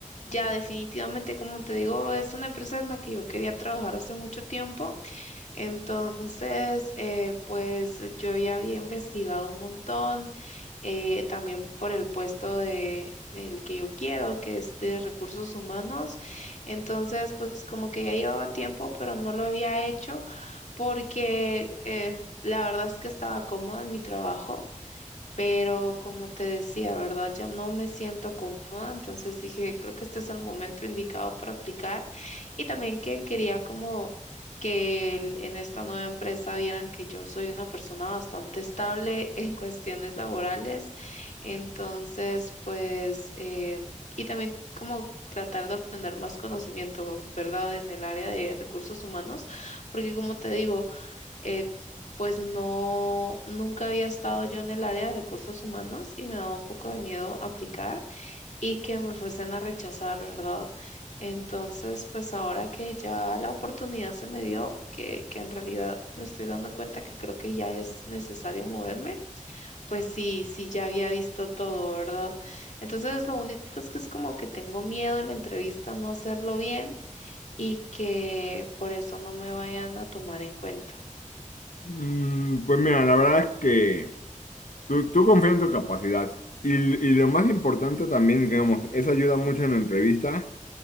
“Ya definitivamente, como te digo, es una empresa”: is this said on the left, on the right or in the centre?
Left